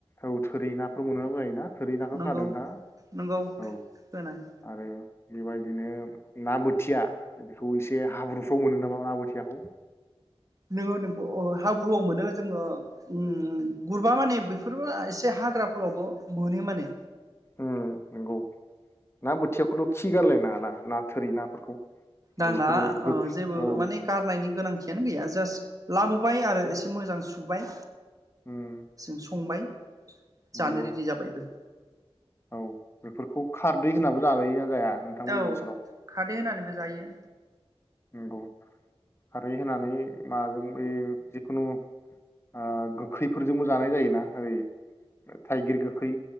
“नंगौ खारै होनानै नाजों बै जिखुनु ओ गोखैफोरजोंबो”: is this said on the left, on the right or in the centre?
Left